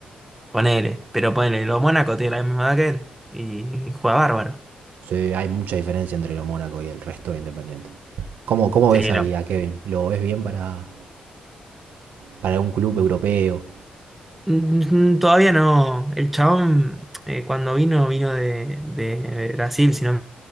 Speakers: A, in the centre; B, on the right.
A: ponele. Pero ponele, los Mónaco tiene la misma edad que él y juega bárbaro.
B: Sí, hay mucha diferencia entre lo Mónaco y el resto de Independiente. ¿Cómo, cómo
A: Sí,
B: ves ahí
A: no.
B: a Kevin? ¿Lo ves bien para, para un club europeo?
A: Mm, mm, Todavía no. El chabón, eh, cuando vino, vino de, de Brasil, si no